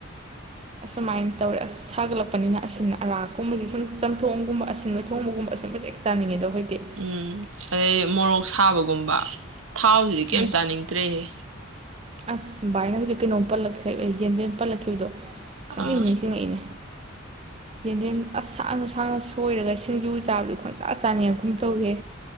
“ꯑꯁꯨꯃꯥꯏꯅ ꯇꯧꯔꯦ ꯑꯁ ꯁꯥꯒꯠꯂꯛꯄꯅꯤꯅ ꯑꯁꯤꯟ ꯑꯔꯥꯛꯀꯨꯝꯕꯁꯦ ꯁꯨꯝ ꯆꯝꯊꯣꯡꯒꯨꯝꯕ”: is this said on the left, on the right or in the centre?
Right